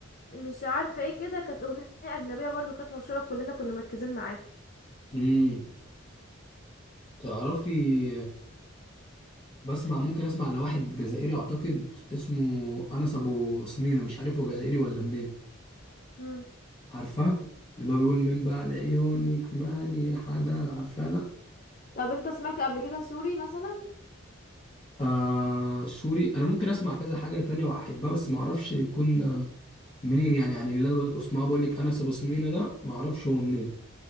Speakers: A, on the left; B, on the left.
A: مش عارفة ايه كده كانت أغنية أجنبية برضو كانت مشهورة كلنا كنا مركزين معاها
B: امم تعرفي بسمع ممكن اسمع لواحد جزائري اعتقد اسمه انس ابو سنينه مش عارف هو جزائري ولا منين
A: مم.
B: عارفاه اللي هو بيقول من بعد عيونك مالي حدا عارفاه ده
A: طب انت سمعت قبل كده سوري مثلا
B: آه سوري انا ممكن اسمع كذا حاجه تانية واحبها بس ما اعرفش يكون منين يعني يعني اللي انا بسمعه بقول لك انس ابو سنينه ده ما اعرفش هو منين